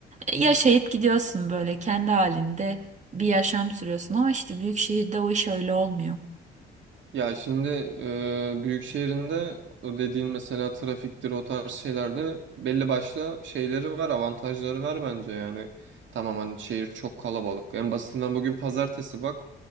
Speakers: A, on the right; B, on the right.
A: e, ya şehit gidiyorsun böyle kendi halinde bir yaşam sürüyorsun ama işte büyük şehirde o iş öyle olmuyor.
B: Ya şimdi e, büyük şehrinde o dediğin mesela trafiktir o tarz şeylerde belli başlı şeyleri var avantajları var bence yani. Tamam hani şehir çok kalabalık. En basitinden bugün pazartesi bak.